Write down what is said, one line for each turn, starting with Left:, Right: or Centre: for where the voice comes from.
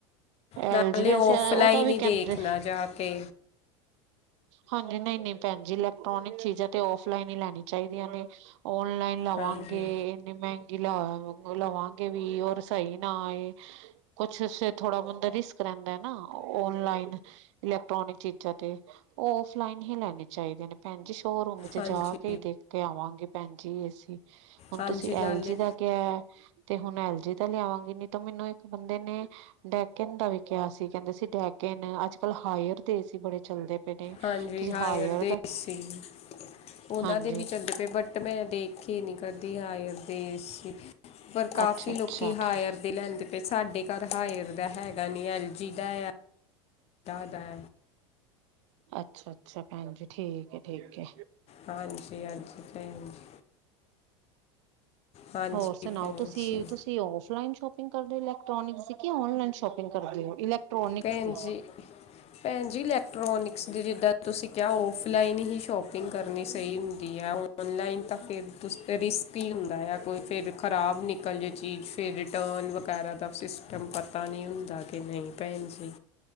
Right: ਐਲ
Left: ਨਾਲੇ
Right: ਜੀ ਵੈਸੇ
Left: ਓਫਲਾਈਨ
Right: ਉਹਦਾ ਵੀ
Left: ਹੀ
Right: ਕਹਿੰਦੇ
Left: ਦੇਖਨਾ ਜਾ ਕੇ
Right: ਹਾਂਜੀ ਨਹੀਂ ਨਹੀਂ ਭੈਣ ਜੀ ਇਲੈਕਟ੍ਰੋਨਿਕ ਚੀਜ਼ਾਂ ਤੇ ਔਫਲਾਈਨ ਹੀ ਲੈਣੀਆਂ ਚਾਹੀਦੀਆਂ ਨੇ ਔਨਲਾਈਨ ਲਵਾਂਗੇ
Left: ਹਾਂਜੀ
Right: ਇੰਨੀ ਮਹਿੰਗੀ ਲ ਲਵਾਂਗੇ ਵੀ ਔਰ ਸਹੀ ਨਾ ਆਏ, ਕੁਛ ਸ ਥੋੜਾ ਬੰਦਾ ਰਿਸਕ ਰਹਿੰਦਾ ਹੈ ਨਾ ਔਨਲਾਈਨ ਇਲੈਕਟ੍ਰੋਨਿਕ ਚੀਜ਼ਾਂ ਤੇ ਉਹ ਓਫਲਾਈਨ ਹੀ ਲੈਣੇ ਚਾਹੀਦੇ ਨੇ ਭੈਣ ਜੀ ਸ਼ੋਅਰੂਮ ਚ
Left: ਹਾਂਜੀ
Right: ਜਾ ਕੇ ਹੀ ਦੇਖ ਕੇ ਆਵਾਂਗੀ ਭੈਣ ਜੀ ਏਸੀ ਹੁਣ
Left: ਹਾਂਜੀ
Right: ਤੁਸੀਂ
Left: ਨਾਲੇ
Right: ਐਲ ਜੀ ਦਾ ਤੇ ਹੁਣ ਐਲ ਜੀ ਤਾਂ ਲਿਆਵਾਂਗੀ ਨੀ ਤ ਮੈਨੂੰ ਇੱਕ ਬੰਦੇ ਨੇ ਡੈਕਨ ਦਾ ਵੀ ਕਿਹਾ ਸੀ। ਕਹਿੰਦੇ ਸੀ ਡੈਕਨ, ਅੱਜ ਕੱਲ ਹਾਇਰ ਦੇ ਏ ਸੀ ਬੜੇ ਚਲਦੇ ਨੇ
Left: ਹਾਂਜੀ
Right: ਤੁਸੀਂ
Left: ਹਾਇਰ ਦੇ
Right: ਦਾ
Left: ਏਸੀ। ਉਹਨਾਂ
Right: ਹਾਂਜੀ
Left: ਦੇ ਵੀ ਚੱਲਦੇ ਪਏ ਬਟ ਮੈਂ ਦੇਖ ਕੇ ਨੀ ਕਰਦੀ ਹਾਇਰ ਦੇ ਏਸੀ, ਪਰ ਕਾਫੀ
Right: ਅੱਛਾ ਅੱਛਾ
Left: ਲੋਕੀ ਹਾਇਰ
Right: ਠੀਕ
Left: ਲੈਂਦੇ ਪਏ। ਸਾਡੇ ਘਰ ਹਾਇਰ ਦਾ ਹੈਗਾ ਨੀ ਐਲ ਜੀ ਦਾ ਦਾ
Right: ਅੱਛਾ ਅੱਛਾ ਭੈਣਜੀ ਠੀਕ ਏ ਠੀਕ ਏ।
Left: ਹਾਂਜੀ ਹਾਂਜੀ ਭੈਣਜੀ ਹਾਂਜੀ
Right: ਹੋਰ ਸੁਣਾਓ
Left: ਭੈਣ
Right: ਤੁਸੀਂ।
Left: ਜੀ
Right: ਤੁਸੀਂ ਓਫਲਾਈਨ ਸ਼ੋਪਿੰ ਸ ਕਰਦੇ ਇਲੈਕਟ੍ਰੋਨਿਕ ਦੀ, ਕੇ ਓਨਲਾਈਨ ਸ਼ੋਪਿੰਗ ਕਰਦੇ ਓ ਇਲਕਟ੍ਰੋਨਿਕਸ
Left: ਭੈਣ
Right: ਦੀ
Left: ਜੀ ਭੈਣ ਜੀ ਇਲੈਕਟ੍ਰੋਨਿਕਸ ਦੀ ਜਿੱਦਾਂ ਤੁਸੀਂ ਕਿਹਾ ਔਫਲਾਈਨ ਹੀ ਸ਼ੋਪ ਸ਼ਪਿੰਗ ਕਰਨੀ ਸਹੀ ਹੁੰਦੀ ਹੈ। ਔਨਲਾਈਨ ਤਾਂ ਫਿਰ ਤੁ ਰਿਸ ਕੀ ਹੁੰਦਾ ਆ। ਕੋਈ ਫੇਰ ਖ਼ਰਾਬ ਨਿ ਕਲ ਜੇ ਚੀਜ਼, ਫਿਰ ਰਿਟਰਨ ਵਗੈਰਾ ਦਾ ਸਿਸਟਮ ਪਤਾ ਨਹੀਂ ਹੁੰਦਾ। ਕਿ ਨਹੀਂ ਭੈਣ ਜੀ,